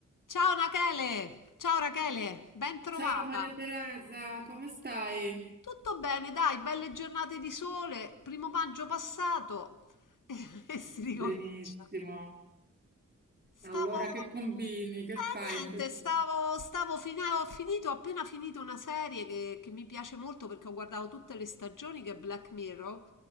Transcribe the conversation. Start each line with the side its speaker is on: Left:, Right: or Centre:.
Left: Ciao Rachele, ciao Rachele, ben trovata.
Right: Ciao Maria Teresa, come stai?
Left: Tutto bene, dai, belle giornate di sole, primo maggio passato <laughs> e si ricomincia.
Right: Benissimo.
Left: Stavo...
Right: Allora, che combini? Che
Left: Eh,
Right: fai in
Left: niente,
Right: questo...
Left: stavo, stavo fina- ho finito, ho appena finito una serie che, che mi piace molto perché ho guardato tutte le stagioni, che è Black Mirror,